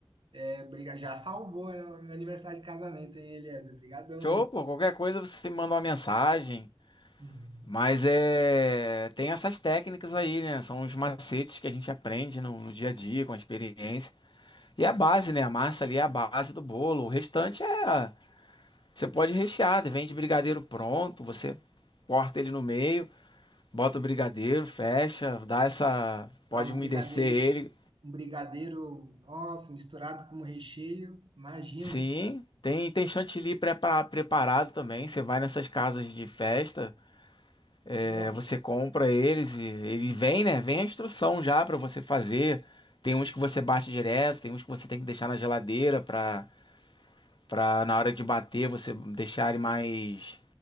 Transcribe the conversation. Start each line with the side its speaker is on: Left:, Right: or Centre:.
Right: É, briga- já salvou, né, meu aniversário de casamento, hein, Eliezer? Obrigadão
Left: show,
Right: mesmo.
Left: pô, qualquer coisa você manda uma mensagem.
Right: Uhum.
Left: Mas é, tem essas técnicas aí, né? São os macetes que a gente aprende no, no dia a dia, com a experiência. E é a base, né? A massa ali é a base do bolo. O restante é. Você pode rechear, vende brigadeiro pronto, você corta ele no meio, bota o brigadeiro, fecha, dá essa. Pode
Right: Lá um
Left: umedecer
Right: brigadeiro,
Left: ele.
Right: um brigadeiro, nossa, misturado com recheio, imagina.
Left: Sim, tem, tem chantilly prepa- preparado também. Você vai nessas casas de festa, é,
Right: Nossa.
Left: você compra eles e ele vem, né? Vem a instrução já para você fazer. Tem uns que você bate direto, tem uns que você tem que deixar na geladeira para Pra na hora de bater você deixar ele mais